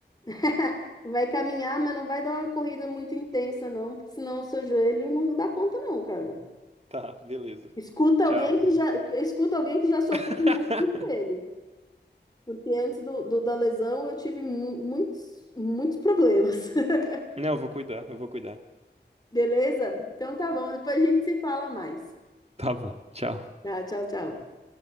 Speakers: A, on the left; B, on the right.
A: <laughs> Vai caminhar, mas não vai dar uma corrida muito intensa, não, porque senão o seu joelho não dá conta, não, cara.
B: Tá, beleza.
A: Escuta
B: Tchau.
A: alguém que já, escuta alguém que já sofreu
B: <laughs>
A: muito com o joelho. Porque antes do, do- da lesão eu tive mu- muitos, muitos problemas. <laughs>
B: Não, eu vou cuidar, eu vou cuidar.
A: Beleza? Então tá bom, depois a gente se fala mais.
B: Tá bom, tchau.
A: Tá, tchau, tchau.